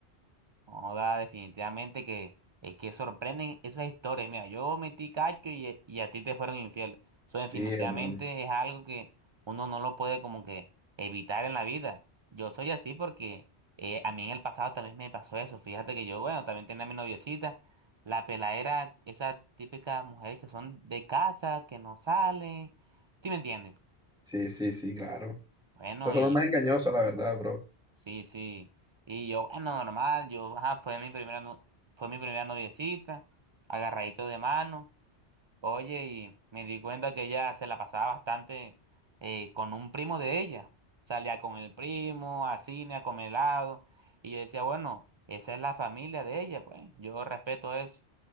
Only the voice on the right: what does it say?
Joda, definitivamente que es que sorprenden esas historias. Mira, yo metí cacho y, y a ti te fueron infiel. Eso
definitivamente
es algo que uno no lo puede como que evitar en la vida. Yo soy así porque eh, a mí en el pasado también me pasó eso. Fíjate que yo, bueno, también tenía a mi noviecita, la peladera, esas típicas mujeres que son de casa, que no salen. ¿Sí me entiendes?
Bueno,
y
Sí, sí. Y yo, bueno, normal, yo, ajá, fue mi primera, no- fue mi primera noviecita, agarradito de mano. Oye, y me di cuenta que ella se la pasaba bastante eh, con un primo de ella. Salía con el primo, a cine, a comer helado. Y yo decía, bueno, esa es la familia de ella, pues, yo respeto eso.